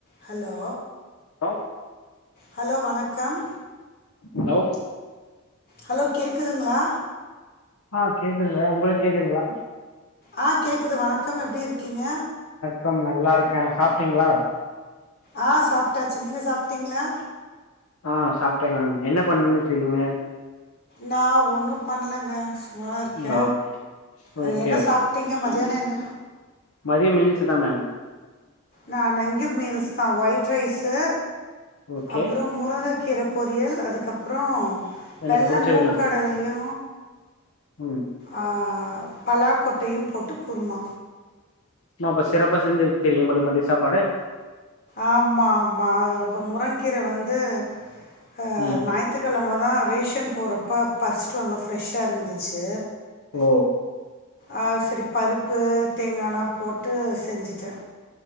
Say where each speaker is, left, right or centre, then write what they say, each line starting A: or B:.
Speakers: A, on the left (about 45°); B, on the left (about 75°).
A: Hello
B: hello
A: hello வணக்கம்
B: hello
A: hello கேக்குதுங்ளா
B: ஆ கேக்குதுள உங்ளுக் கேக்குதுங்ளா
A: ஆ கேக்குது வணக்கம் எப்டி இருக்கீங்க
B: கம் நல்லாருக்க சாப்ட்டீங்ளா
A: ஆ சாப்ட்டாச்சு நீங்க சாப்ட்டீங்ளா
B: ஆ சாப்ட்டே மம் என்ன பண்ணிட்டுருக்கீங்க
A: நா ஒன்னு பண்லங்க சும்மாதா இருக்க
B: ஆ
A: அ
B: ஓகே
A: என்ன சாப்ட்டீங்க மத்யானோ என்ன
B: மதியோ மீல்ஸ்சுதா மம்
A: நா இங்கியா மீல்ஸ் தா ஒயிட் ரைஸு
B: ஓகே
A: அப்றோ முருங்க கீரப் பொரியல் அதுக்கப்றோ வெள்ள
B: எனக்கு புடிச்சது
A: மூக்கடலயு
B: மேம் ம்
A: ஆ பலா கொட்டையு போட்டு குருமா
B: நா அப்ப சிறப்பா செஞ்சு வச்சிருக்கு படி மதிய சாப்பாட
A: ஆம்மா ஆம்மா இப்ப முரங்கீர வந்து அ
B: ம்
A: ஞாயி த்துக்கெழம தா ரேஷன் போறப்ப பறிச்சிட்டு வந்த ஃப்ரெஷ்ஷா இருந்துச்சு
B: ஓ
A: ஆ செரி பருப்பு தேங்காலா போட்டு செஞ்சிட்ட